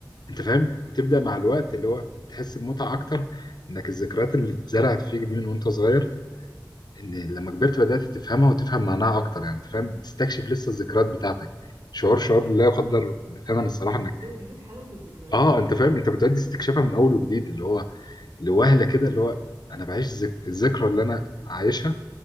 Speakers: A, on the left; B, on the right.
A: انت فاهم بتبدا مع الوقت اللي هو تحس بمتعه اكتر انك الذكريات اللي اتزرعت فيك دي من وانت صغير ان لما كبرت بدات تفهمها وتفهم معناها اكتر يعني انت فاهم بتستكشف لسه الذكريات بتاعتك شعور شعور لا يقدر بثمن الصراحه انك
B: وده بيزيد حلاوة الذكريات
A: اه انت
B: يعني
A: فاهم انت بتعدي استكشافها من اول وجديد اللي هو لوهله كده اللي هو انا بعيش ذك... الذكرى اللي انا عايشها